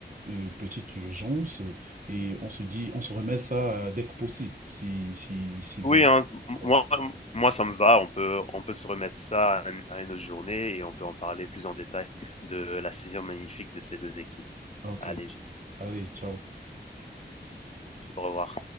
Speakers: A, on the right; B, on the left.
A: euh, petite urgence. Et on se dit, on se remet ça euh, dès que possible, si, si, si bien.
B: Oui,
A: sûr.
B: hein,
A: D'accord.
B: moi, moi, ça me va. On peut, on peut se remettre ça à une, à une autre journée et on peut en parler plus en détail de la saison magnifique de ces deux équipes.
A: Ok.
B: Allez,
A: Allez, ciao.
B: au revoir.